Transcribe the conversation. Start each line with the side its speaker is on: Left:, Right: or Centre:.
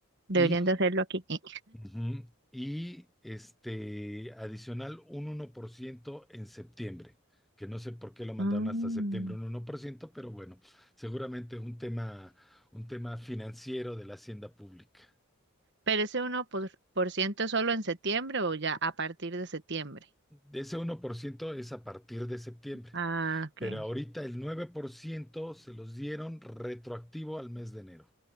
Right: Deberían
Centre: y
Right: de hacerlo aquí. Eh,
Centre: Ujú. Y este adicional un uno por ciento en septiembre, que no sé por qué lo mandaron
Right: mm.
Centre: hasta septiembre un uno por ciento pero bueno, seguramente un tema, un tema financiero de la hacienda pública.
Right: Pero ese uno por, por ciento es solo en septiembre o ya a partir de septiembre.
Centre: De Ese uno por ciento es a partir de septiembre,
Right: Ah, ok.
Centre: pero ahorita el 9% se los dieron retroactivo al mes de enero.